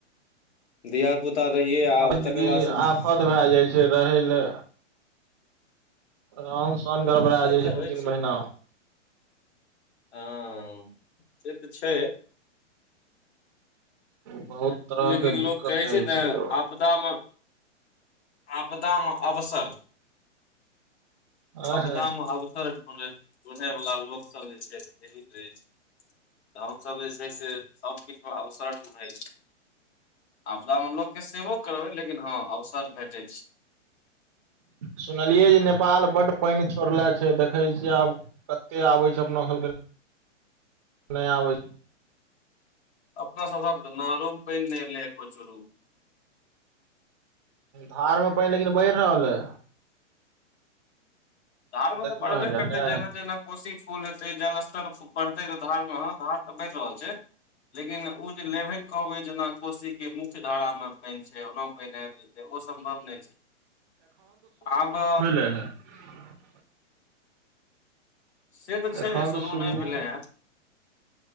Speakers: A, on the left; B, on the right.
A: धिया पुता रहियै आ
B: जिन्दगी
A: तकर बाद से
B: आफत भए जाइ छै रहय ल राम सन गड़बड़ा
A: आफत
B: जाइ
A: तऽ
B: छै दू
A: होइ
B: तीन महिना।
A: ह से तऽ छै।
B: बहुत तरह
A: लेकिन
B: के
A: लोक
B: दिक्कत
A: कहै
B: रहै
A: छै ने
B: यौ
A: आपदा मे आपदा मे अवसर
B: आंहा
A: आपदा मे अवसर ढ़ुनय वला लोकसभ जे छै से ढ़ेरिक रहै छै तऽ हमसभ जे छै से सभकिछ अवसर ढ़ूढ़य छै। आपदा मे लोकके सेबो करबै लेकिन हँ अवसर भेटै छै।
B: सुनलियै जे नेपाल बड्ड पानि छोड़ले छै देखै छियै आब। कतेक आबै छै अपना सभके नहि आबैत छै।
A: अपना सभहक तऽ नालोमे पानि नहि एलै एको चुरु।
B: धार मे पानि लेकिन बढ़ रहल ये।
A: धार मे
B: देखलो
A: तऽ बढ़बे
B: है जाके
A: करतै जेना जेना कोशी फूल हेतै जल स्तर बढ़तै त धार मे ह धार तऽ बढ़ि रहल छै। लेकिन ओ जे लेवल कहबे जेना कोशी के मुख्य धारा मे पानि छै ओना पानि आबि जेतै ओ सम्भव नहि छै आब
B: ह
A: से तऽ छै
B: एखन
A: शुरू
B: तऽ शुरुओ
A: नहि भेलै हे